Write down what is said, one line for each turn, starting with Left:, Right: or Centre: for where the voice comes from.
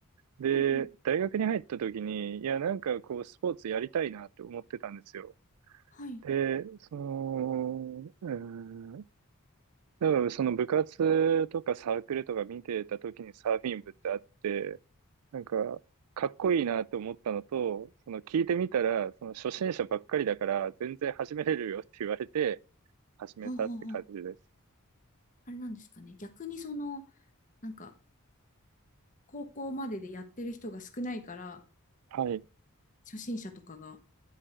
Right: で、
Left: ほうほう。
Right: 大学に入った時に、いや、なんかこう、スポーツやりたいなって思ってたんですよ。
Left: はい。
Right: で、その、うーん多分その部活とかサークルとか見てた時にサーフィン部ってあって、なんか、かっこいいなって思ったのと、その聞いてみたら、その初心者ばっかりだから全然始めれるよって言われて始めたって感じです。
Left: ほうほうほう。あれなんですかね。逆にその、なんか、高校まででやってる人が少ないから、
Right: はい。
Left: 初心者とかが